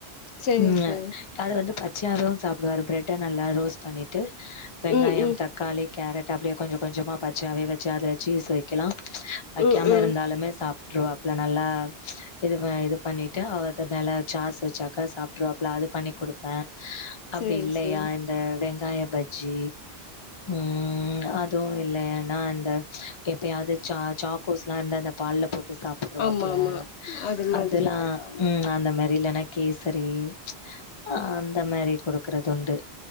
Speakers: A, on the left; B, on the left.
A: சேரி
B: ம்
A: சேரி
B: அது வந்து பச்சையாவு சாப்டுவாரு பிரெட் நல்லா ரோஸ்ட் பண்ணிட்டு வெங்காயோ
A: ம் ம்
B: தக் காளி கேரட் அப்படியே கொஞ்ச கொஞ்சமா பச்சயாவே வச்சு அதுல சீஸ் வெக்கலா வைக்காம
A: ம் ம்
B: இருந்தாலுமே சாப்ட்ருவாப்புல நல்லா ம்ச் இது ம இது பண்ணிட்டு அவத மேல சாசு வச்சாக்கா சாப்ட்டுருவாப்புல அது பண்ணி குடுப்பே
A: சேரி
B: அப்டி இல்லையா
A: சேரிங்
B: இந்த வெங்காய பஜ்ஜி ம் ம் அத் த்து இல்லேனா அந்த எப்பையாது சா சாக்கோஸ்லா இந்த அந்த பால்ல போட் ட்டு சாப்ட்டுருவாப்புல்ல
A: ஆமா ஆமா அது மாதிரி
B: அதெல்லா ம் அந்த மாறி இல்லன்னா கேசரி ஆ அந்த மாறி குடுக்குறது உண்டு